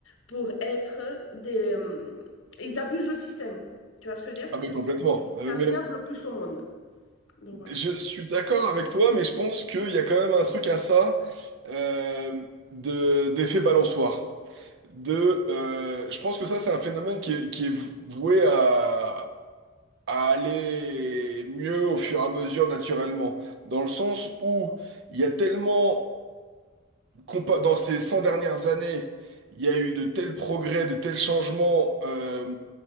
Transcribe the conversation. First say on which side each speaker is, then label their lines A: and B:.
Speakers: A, on the left; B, on the right.
A: pour être des, euh, ils abusent le système. Tu vois ce que je veux dire?
B: Ah ben complètement.
A: Est-ce qui
B: Euh,
A: Ça
B: mais
A: m'énerve le plus au monde. Donc voilà.
B: je suis d'accord avec toi, mais je pense qu'il y a quand même un truc à ça euh, de, d'effet balançoire. De, euh, je pense que ça, c'est un phénomène qui est, qui est voué à, à aller mieux au fur et à mesure naturellement. Dans le sens où il y a tellement compa- dans ces 100 dernières années, il y a eu de tels progrès, de tels changements, euh,